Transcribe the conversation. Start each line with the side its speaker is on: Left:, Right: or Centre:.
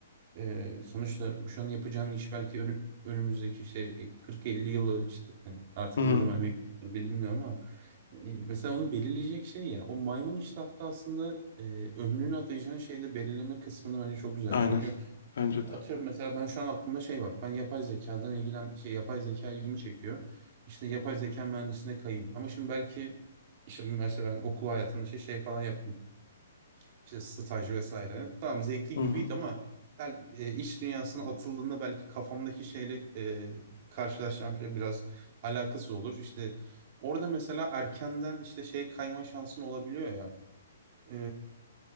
Right: Ee, sonuçta şu an yapacağın iş belki önü- önümüzdeki işte e, 40-50 yılı işte e, artık
Left: Hı hı.
Right: ne zaman emekli olur bilinmiyor ama e, mesela onu belirleyecek şey ya o maymun iştahta aslında e, ömrünü atayacağın şeyde belirleme kısmını bence çok güzel.
Left: Aynen.
Right: Çünkü
Left: Bence de.
Right: atıyorum mesela ben şu an aklımda şey var. Ben yapay zekadan ilgilen şey yapay zeka ilgimi çekiyor. İşte yapay zeka mühendisine kayayım. Ama şimdi belki işte mesela ben okul hayatında şey şey falan yaptım işte staj vesaire. Tamam zevkli
Left: Hı hı.
Right: gibiydi ama bel- e, iş dünyasına atıldığında belki kafamdaki şeyle e, karşılaşacağım şey biraz alakasız olur. İşte orada mesela erkenden işte şey kayma şansın olabiliyor ya. E,